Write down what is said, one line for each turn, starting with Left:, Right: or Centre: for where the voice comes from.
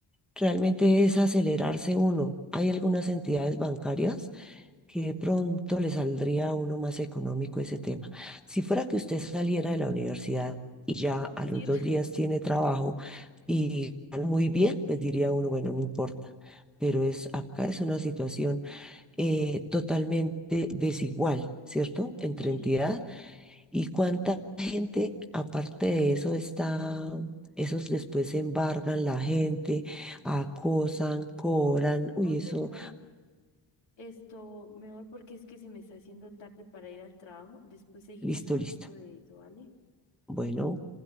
Centre: realmente es acelerarse uno. Hay algunas entidades bancarias que de pronto le saldría a uno más económico ese tema. Si fuera que usted saliera de la universidad y ya
Left: Producir.
Centre: a los dos días tiene trabajo y gana muy bien, pues diría uno, bueno, no importa. Pero es, acá es una situación eh, totalmente desigual, ¿cierto? Entre
Left: Sí.
Centre: entidad y cuánta gente, aparte de eso, está... Esos después embargan la gente, acosan, cobran, uy,
Left: Oye,
Centre: eso,
Left: Cari, Esto me voy porque es que se me está haciendo tarde para ir al trabajo. Después seguimos
Centre: listo,
Left: hablando
Centre: listo.
Left: de eso, ¿vale?
Centre: Bueno.